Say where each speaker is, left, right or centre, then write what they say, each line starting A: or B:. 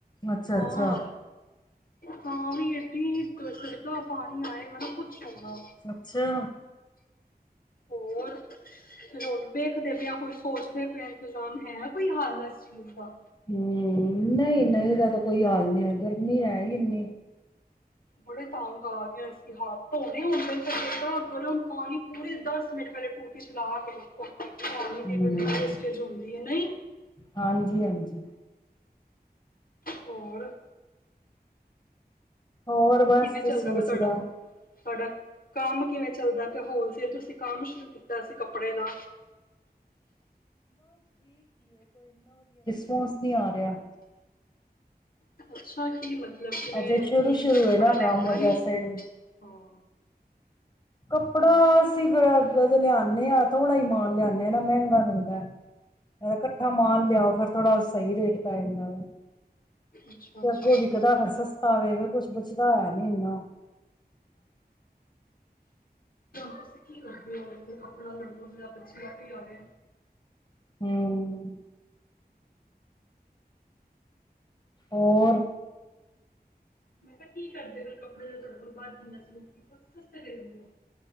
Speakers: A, on the left (about 25°); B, on the left (about 60°).
A: ਅੱਛਾ
B: ਹਾਂ।
A: ਅੱਛਾ
B: ਤਾਂ ਵੀ ਏਡੀ ਕਸਰਦਾ ਪਾਣੀ ਆਏਗਾ ਨਾ ਕੁਛ ਹੋਣਾ
A: ਅੱਛਾ
B: ਹੋਰ ਫਿਰ ਉਹਨੂੰ ਵੇਖਦੇ ਪਏ ਆ ਕੋਈ ਸੋਚਦੇ ਪਏ ਇੰਤਜ਼ਾਮ ਹੈ ਕੋਈ ਹੱਲ ਇਸ ਚੀਜ਼ ਦਾ
A: ਹੂੰ ਨਹੀਂ ਨਹੀਂ ਦਾ ਤਾਂ ਕੋਈ ਹੱਲ ਨਹੀਂ ਗਰਮੀ ਹੈ ਹੀ ਇਨੀ
B: ਬੜੇ ਤੰਗ ਆ ਗਏ ਅਸੀਂ ਹੱਥ ਧੋਣੇ ਹੁੰਦੇ ਨੇ ਏਦਾਂ ਗਰਮ ਪਾਣੀ ਪੂਰੇ ਦਸ ਮਿੰਟ ਪਹਿਲੇ ਟੂਟੀ ਚਲਾ ਕੇ ਰੱਖੋ ਪਾਣੀ ਦੀ
A: ਹਮ
B: ਵੱਡੀ ਵੇਸਟੇਜ ਹੁੰਦੀ ਹੈ ਨਹੀਂ
A: ਹਾਂਜੀ ਹਾਂਜੀ
B: ਹੋਰ
A: ਹੋਰ ਬਸ
B: ਕਿਵੇਂ
A: ਤੁਸੀਂ
B: ਚੱਲਦਾ ਪਿਆ
A: ਉਸਦਾ
B: ਤੁਹਾਡਾ ਤੁਹਾਡਾ ਕੰਮ ਕਿਵੇਂ ਚੱਲਦਾ ਪਿਆ ਹੋਲਸੇਲ ਤੁਸੀਂ ਕੰਮ ਸ਼ੁਰੂ ਕੀਤਾ ਸੀ ਕੱਪੜੇ ਦਾ
A: ਸੋਸ ਨੀ ਆ ਰਿਹਾ
B: ਅੱਛਾ ਅੱਛਾ ਕੀ ਮਤਲਬ ਕਿ ਮੈਂ
A: ਅਜੇ ਸ਼ੁਰੂ
B: ਕਿ
A: ਸ਼ੁਰੂ
B: ਕੱਪੜਾ
A: ਹੈ ਨਾ
B: ਲੈਂਦਾ
A: ਕੰਮ ਜੈਸੇ
B: ਨੀ ਹਾਂ
A: ਕੱਪੜਾ
B: ਨਹੀਂ
A: ਅਸੀਂ ਲਿਆਂਨੇ ਆ ਹਾਂ ਥੋੜ੍ਹਾ ਹੀ ਮਾਲ ਲਿਆਦੇ ਆ ਨਾ ਮਹਿੰਗਾ ਦਾ ਇਕੱਠਾ ਮਾਲ ਲਿਆ ਫੇਰ ਥੋੜਾ ਸਹੀ ਰੇਟ ਪੈ ਜਾਂਦਾ ਵਾ
B: ਅੱਛਾ
A: ਤੇ
B: ਅੱਛਾ
A: ਅੱਗੋਂ
B: ਹੋ
A: ਵਿਕਦਾ ਫਿਰ ਸਸਤਾ ਵੇ ਫਿਰ ਕੁਛ ਬਚਦਾ ਹੈ ਨੀ ਇੰਨਾ
B: ਤੁਸੀਂ ਕੀ ਕਰ ਦਿਓ ਕੱਪੜ੍ਹੇ <inaudible> ਆ ਗਏ
A: ਹੂੰ ਹੋਰ
B: ਮੈਂ ਕਿਹਾ ਕੀ ਕਰਦੇ ਹੋ ਕੱਪੜਾ ਜਿਹੜਾ ਤੁਹਾਡੇ ਕੋਲ ਬੱਚ ਜਾਂਦਾ ਸਸਤੇ ਦੇ ਦਿੰਦੇ ਹੋ